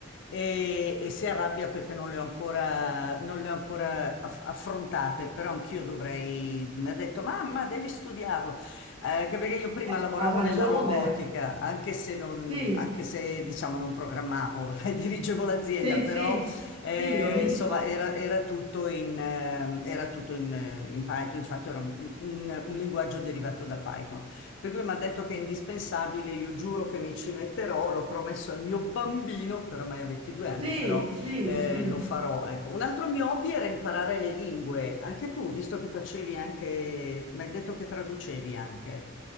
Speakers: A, on the left (about 65°); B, on the right (about 30°).
A: e, e si arrabbia perché non le ho ancora, non le ho ancora aff- affrontate, però anch'io dovrei, mi ha detto, mamma, devi studiarlo, Eh, anche perché io prima
B: Eh,
A: lavoravo
B: Ha ragione.
A: nella robotica, anche se, non,
B: Sì,
A: anche se diciamo non programmavo, <laughs> eh, dirigevo l'azienda,
B: Sì,
A: però
B: sì,
A: eh,
B: sì, ho visto.
A: insomma, era, era tutto in, ehm, era tutto in, eh, in Python, infatti era un, un- un linguaggio derivato da Python. Per cui mi ha detto che è indispensabile, io giuro che mi ci metterò, l'ho promesso al mio bambino, che oramai ha 22 anni,
B: Sì,
A: però
B: sì,
A: eh,
B: sì.
A: lo farò. Ecco. Un altro mio hobby era imparare le lingue. Anche tu, visto che facevi anche, mi hai detto che traducevi anche,